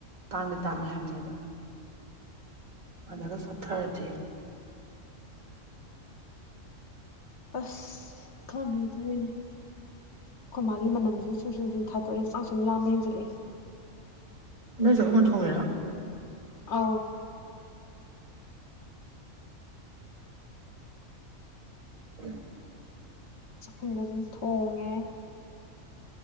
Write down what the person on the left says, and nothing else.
ꯑꯁ ꯈꯪꯅꯦꯗꯦ ꯑꯩꯈꯣꯏ ꯃꯥꯒꯤ ꯃꯅꯝꯁꯤꯁꯨ ꯁꯨꯝ ꯁꯨꯝ ꯁꯨꯝ ꯊꯥꯗꯣꯔꯛꯑꯦ ꯆ ꯁꯨꯝ ꯂꯥꯝꯕ ꯍꯦꯟꯖꯜꯂꯛꯑꯦ
ꯑꯥꯎ
ꯆꯥꯛꯈꯨꯝꯗꯣ ꯑꯗꯨꯝ ꯊꯣꯡꯉꯦ